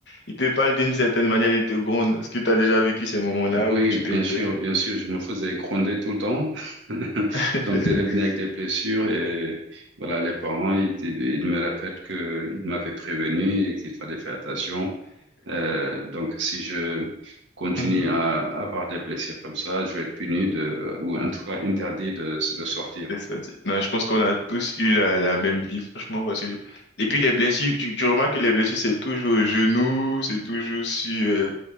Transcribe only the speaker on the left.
ils te parlent d'une certaine manière, ils te grondent. Est-ce que t'as déjà vécu ces moments-là
où tu
te plais?
<laughs>
Mhm.
C'est ça, tu sais. Non, je pense qu'on a tous eu la, la même vie, franchement, parce que... Et puis les blessures, tu, tu remarques que les blessures, c'est toujours au genou, c'est toujours sur, euh,